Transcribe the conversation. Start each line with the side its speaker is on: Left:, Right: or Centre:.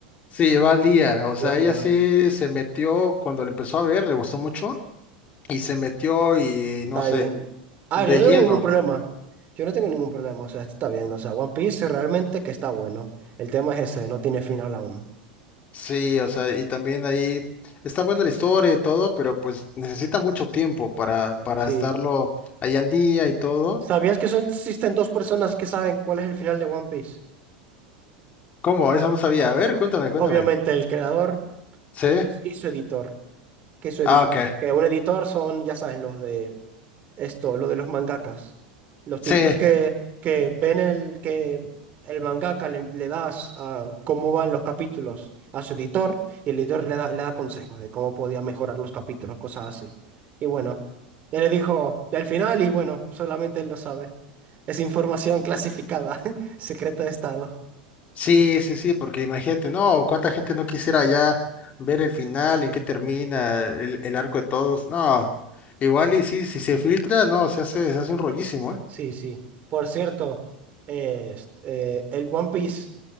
Left: sí, va al día. O sea,
Right: Dios mío,
Left: ella sí se metió cuando le empezó a ver, le gustó mucho y se metió y
Right: está
Left: no sé,
Right: bien. A
Left: de
Right: ver, yo no
Left: lleno.
Right: tengo ningún problema. Yo no tengo ningún problema, o sea, esto está bien. O sea, One Piece realmente que está bueno. El tema es ese, no tiene final aún.
Left: Sí, o sea, y también ahí está buena la historia y todo, pero pues necesita mucho tiempo para, para
Right: Sí.
Left: estarlo ahí al día y todo.
Right: ¿Sabías que son, existen dos personas que saben cuál es el final de One Piece?
Left: ¿Cómo? Eso no sabía. A ver, cuéntame, cuéntame.
Right: Obviamente el creador
Left: ¿Sí?
Right: y, y su editor. que su editor,
Left: Ah, ok.
Right: que un editor son, ya sabes, los de esto, lo de los mangakas. Los
Left: Sí,
Right: tipos que, que ven el que el mangaka le, le das a cómo van los capítulos a su editor y el editor le da, le da consejos de cómo podía mejorar los capítulos, cosas así. Y bueno, él le dijo al final y bueno, solamente él lo sabe. Es información clasificada, <laughs> secreta de Estado.
Left: sí, sí, sí, porque imagínate, no, cuánta gente no quisiera ya ver el final, en qué termina, el, el arco de todos. No, igual y sí, si se filtra, no, se hace, se hace un rollísimo, ¿eh?
Right: Sí, sí. Por cierto, eh, es- eh, el One Piece.